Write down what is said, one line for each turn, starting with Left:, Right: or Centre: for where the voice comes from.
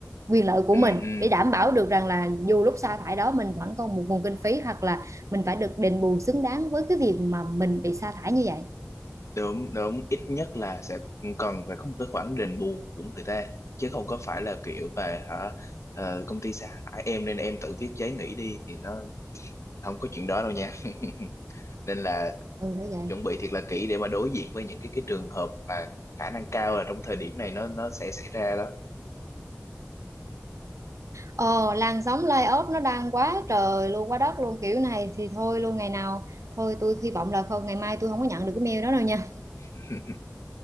Right: quyền lợi của
Left: ừ,
Right: mình
Left: ừ,
Right: để đảm bảo được rằng là dù lúc sa thải đó mình vẫn còn một nguồn kinh phí hoặc là mình phải được đền bù xứng đáng với cái việc mà mình bị sa thải như vậy
Left: đúng đúng ít nhất là sẽ cần phải có một cái khoản đền bù của người ta chứ không có phải là kiểu về hả ờ, công ty sa thải em nên em tự viết giấy nghỉ đi thì nó không có chuyện đó đâu nha <laughs> nên là
Right: ừ đó vậy
Left: chuẩn bị thiệt là kỹ để mà đối diện với những cái cái trường hợp mà khả năng cao là trong thời điểm này nó nó sẽ xảy ra đó
Right: ờ làn sóng layoff nó đang quá trời luôn quá đất luôn kiểu này thì thôi luôn ngày nào thôi tôi hy vọng là không ngày mai tôi không có nhận được cái mail đó đâu nha
Left: <laughs>